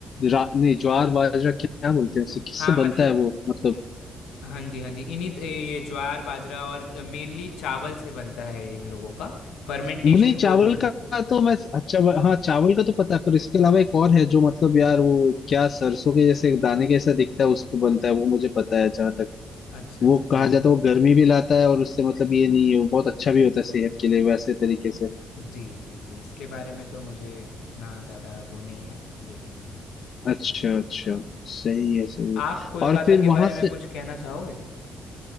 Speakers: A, on the left; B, on the left.
A: रा, नहीं ज्वार बाजरा क्या बोलते हैं उससे किससे
B: हाँ मतलब
A: बनता है वो मतलब
B: क- हाँ जी हाँ जी इन्हीं त- ये ज्वार बाजरा और मेनली चावल से बनता है इन लोगों का फर्मेंटेशन
A: नहीं
B: बोलते
A: चावल
B: हैं
A: का तो मैं अच्छा ब- हाँ चावल का तो पता है पर इसके अलावा एक और है जो मतलब यार वो क्या सरसों के जैसे दाने के जैसा दिखता है उस पे बनता है वो मुझे पता है जहां तक
B: अच्छा
A: वो
B: अच्छा
A: कहा
B: जी
A: जाता है वो गर्मी भी लाता है और उससे मतलब ये नहीं है वो बहुत अच्छा भी होता है सेहत के लिए वैसे तरीके से
B: जी जी जी इसके बारे में तो मुझे इतना ज़्यादा वो नहीं है लेकिन हाँ
A: अच्छा अच्छा सही
B: हम्म
A: है सही है
B: आप कोलकाता
A: और फिर
B: के
A: वहां
B: बारे में
A: से
B: कुछ कहना चाहोगे